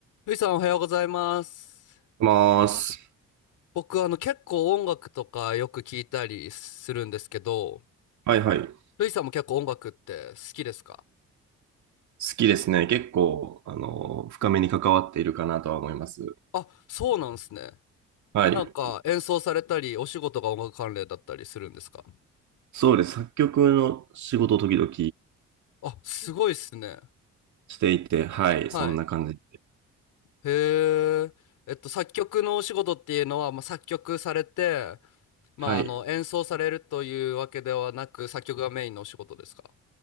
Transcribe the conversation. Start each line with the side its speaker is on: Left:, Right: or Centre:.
Left: ルイさんおはようございます。
Right: まーす。
Left: 僕あの結構音楽とかよく聞いたりするんですけど、
Right: はいはい。好
Left: ルイさんも結構音楽って好きですか
Right: きですね。結構、あの、深めに関わっているかなとは思います。
Left: あ、そうなんですね。
Right: はい。
Left: なんか演奏されたりお仕事が音楽関連だったりするんですか
Right: そうです。作曲の仕事を時々
Left: あ、すごいっすね。
Right: していて、はい。
Left: はい。
Right: そんな感じで。
Left: へえ。えっと作曲のお仕事っていうのは、まあ、作曲されて、まああの演奏されるというわけではなく作曲がメインのお仕事ですか
Right: はい。